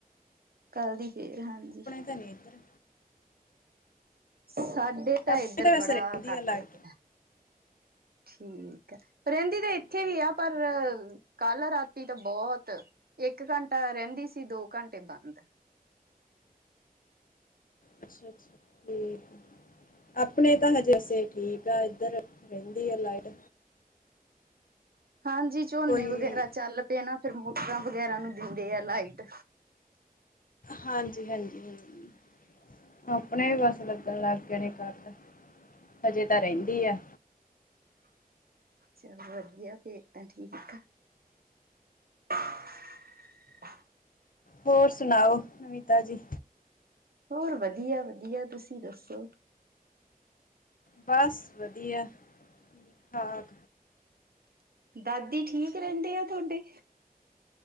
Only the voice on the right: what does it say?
ਕੱਲ ਦੀ ਫੇਰ ਹਾਂਜੀ।
ਸਾਡੇ ਤਾਂ
ਏਧਰ
ਬੜਾ
ਕੱਟ
ਲੱਗਦਾ। ਠੀਕ ਆ ਰੈਹਦੀ ਤਾਂ
ਏਥੇ
ਹੀਆ ਪਰ
ਕੱਲ੍ਹ ਰਾਤੀ ਤਾਂ ਬੋਤ ਇੱਕ ਘੰਟਾ ਰੈਂਦੀ ਸੀ। ਦੋ ਘੰਟੇ ਬੰਦ
ਹਾਂਜੀ ਝੋਨੇ
ਵਗੈਰਾ ਚੱਲ ਤੇ ਨਾ ਫਿਰ ਮੋਟਰਾਂ ਵਗੈਰਾ ਨੂੰ ਦਿੰਦੇ ਆ ਲਾਈਟ।
ਚੱਲ ਵਧੀਆ ਫੇਰ ਤਾਂ ਠੀਕ ਆ। <inaudible>
ਹੋਰ ਵਧੀਆ- ਵਧੀਆ ਤੁਸੀਂ ਦੱਸੋ?
ਦਾਦੀ ਠੀਕ ਰੈਦੇਂ ਆ ਥੋਡੇ?